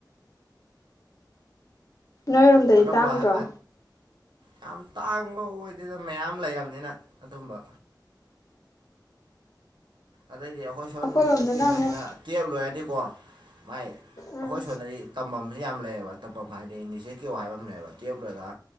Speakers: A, on the left; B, on the right.
A: ꯅꯣꯏꯔꯣꯝꯗꯗꯤ
B: ꯑꯗꯨꯝꯕ
A: ꯇꯥꯡꯗ꯭ꯔꯣ
B: ꯌꯥꯝ ꯇꯥꯡꯕ ꯑꯣꯏꯗꯅ ꯃꯌꯥꯝ ꯂꯩꯔꯕꯅꯤꯅ ꯑꯗꯨꯝꯕ ꯑꯗꯩꯗꯤ ꯑꯩꯈꯣꯏ ꯁꯣꯝ
A: ꯑꯩꯈꯣꯏꯔꯣꯝꯗꯅ
B: ꯅꯨꯄꯤ ꯃꯈꯩꯁꯤꯅ
A: ꯑꯃꯨꯛ
B: ꯀꯦꯞ ꯂꯣꯏꯔꯅꯤꯀꯣ ꯃꯥꯏ ꯑꯩꯈꯣꯏ
A: ꯎꯝ
B: ꯁꯣꯏꯗꯗꯤ ꯇꯝꯐꯝꯁꯨ ꯌꯥꯝ ꯂꯩꯌꯦꯕ ꯇꯞꯐꯝ ꯍꯥꯏꯗꯤ ꯅꯤꯖꯦ ꯀ꯭ꯌꯣ ꯍꯥꯏꯕ ꯑꯃꯅꯦꯕ ꯇꯦꯞ ꯂꯣꯏꯔꯒ